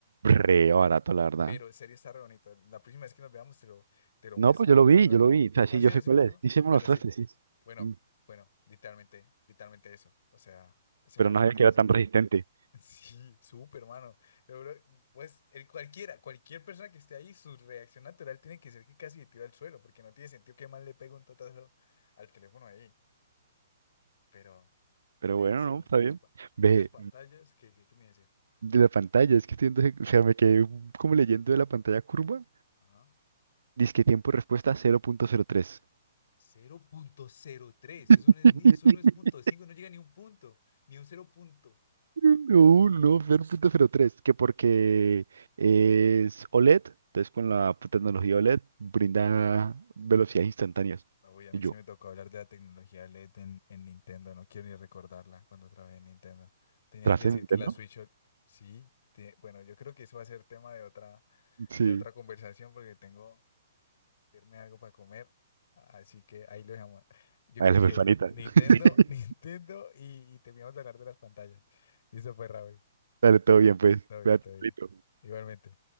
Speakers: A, on the right; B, on the left.
A: Re barato, la verdad.
B: pero en serio está re bonito. La próxima vez que nos veamos te lo, te lo
A: No,
B: muestro,
A: pues yo
B: pero
A: lo
B: está
A: vi,
B: re
A: yo
B: barata.
A: lo vi. O sea,
B: ¿Ah,
A: sí,
B: sí,
A: yo
B: viste
A: sé cuál
B: mi teléfono?
A: es. Sí, sí me
B: Bueno,
A: lo mostraste,
B: sí.
A: sí.
B: Bueno,
A: Mm,
B: bueno, literalmente, literalmente eso. O sea, ese
A: Pero
B: man
A: no
B: no
A: sabía
B: tiene
A: que era
B: sentido.
A: tan resistente.
B: <laughs> Sí, súper, mano. Seguro, pues el cualquiera, cualquier persona que esté ahí, su reacción natural tiene que ser que casi le tira al suelo, porque no tiene sentido que mal le pegue un tatazo al teléfono ahí. Pero,
A: Pero
B: pero
A: bueno,
B: sí,
A: no,
B: entonces,
A: está bien.
B: pa- entonces
A: Ve,
B: pantallas, ¿qué, qué, qué me iba a decir?
A: de la pantalla, es que estoy, viendo- o sea, me quedé como leyendo de la pantalla curva.
B: Ajá.
A: Dice que tiempo de respuesta 0.03.
B: cero cero punto cero tres eso
A: <laughs>
B: no es ni, eso no es punto cinco no llega ni un punto, ni un cero punto.
A: No, no, 0.03. Que porque es OLED, entonces con la tecnología OLED brinda velocidades instantáneas.
B: Ah, Uy, a
A: Y
B: mí
A: yo,
B: sí me tocó hablar de la tecnología LED en, en Nintendo. No quiero ni recordarla cuando trabajé en Nintendo. Tenía
A: tras
B: que decir
A: de Nintendo.
B: que la Switch, OL- sí. te- bueno, yo creo que eso va a ser tema de otra,
A: Sí,
B: de otra conversación porque tengo que irme algo para comer. Así que ahí lo dejamos. Yo
A: a
B: creo
A: la
B: que
A: personita.
B: Nintendo,
A: <laughs>
B: <laughs> Nintendo y, y terminamos de hablar de las pantallas. Listo, pues, Raúl.
A: Dale, todo bien, pues.
B: Todo bien,
A: Cuídate,
B: todo
A: Pablito.
B: bien. Igualmente.